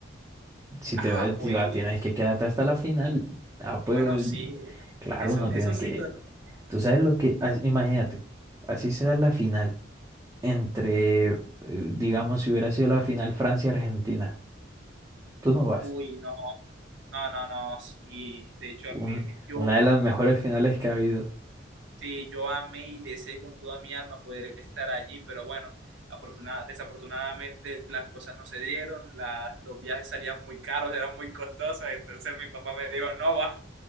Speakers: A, on the right; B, on the right.
A: Si
B: ah,
A: te vas,
B: pues.
A: si vas, tienes que quedarte hasta la final. Ah, pues,
B: Bueno, sí,
A: claro,
B: eso,
A: no
B: eso
A: tienes
B: sí,
A: que.
B: pero...
A: Tú sabes lo que. as- Imagínate, así sea la final. Entre, eh, digamos, si hubiera sido la final Francia-Argentina, tú no vas.
B: Uy, no, no, no, no, sí. De hecho, a
A: Un-
B: mí, me- yo,
A: una de las mejores finales que ha habido.
B: sí, yo amé y deseé con toda mi alma poder estar allí, pero bueno, afortuna- desafortunadamente las cosas no se dieron, la- los viajes salían muy caros, eran muy costosos, entonces mi papá me dijo, no va.